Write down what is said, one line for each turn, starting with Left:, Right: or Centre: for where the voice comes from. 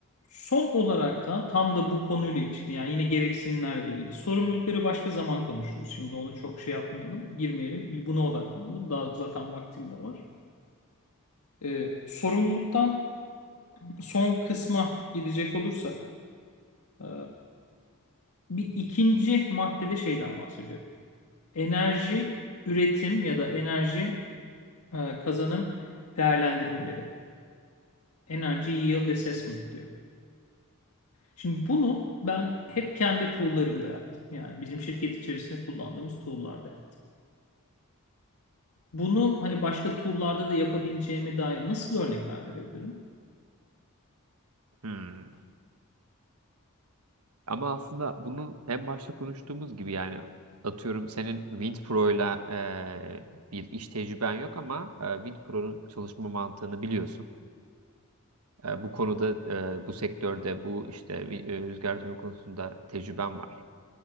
Left: son olarak da tam da bu konuyla ilişkin yani yine gereksinimlerle ilgili sorumlulukları başka zaman konuşuruz. Şimdi onu çok şey yapmayalım, girmeyelim. Bir buna odaklanalım. Daha zaten vaktim de var. Ee, sorumluluktan son kısma gidecek olursak ee, bir ikinci maddede şeyden bahsediyor. Enerji üretim ya da enerji e, kazanım değerlendirmeleri. Energy Yield Assessment diyor. Şimdi bunu ben hep kendi tool'larımda yaptım. Yani bizim şirket içerisinde kullandığımız tool'larda yaptım. Bunu hani başka tool'larda da yapabileceğime dair nasıl örnekler verebilirim?
Right: Hmm. Ama aslında bunu en başta konuştuğumuz gibi yani atıyorum senin WindPro'yla e, bir iş tecrüben yok ama e, WindPro'nun çalışma mantığını biliyorsun. E, bu konuda, e, bu sektörde, bu işte e, rüzgar türbini konusunda tecrüben var.